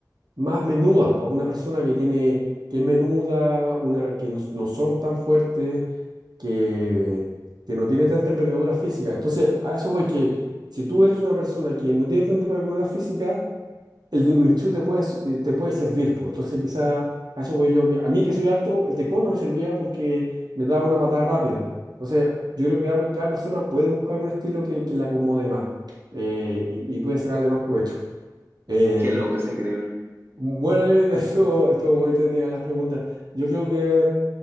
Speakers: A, on the right; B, on the right.
A: más menudas, para una persona que tiene, que es menuda, una que no, no son tan fuertes, que, que no tiene tanta envergadura física. Entonces, a eso voy que si tú eres una persona que no tiene tanta envergadura física, el Wing Wing Chun te puede, s- eh, te puede servir, pues. Entonces, quizá a eso voy yo, que a mí que soy alto, el taekwondo me servía porque me daba una patada rápida. Entonces, yo creo que cada, cada persona puede buscar un estilo que, que le acomode más eh, y, y puede sacarle más provecho. Eh,
B: Qué loco, está increíble.
A: bueno, Kevin, <laughs> estuvo, estuvo muy entretenida las preguntas. Yo creo que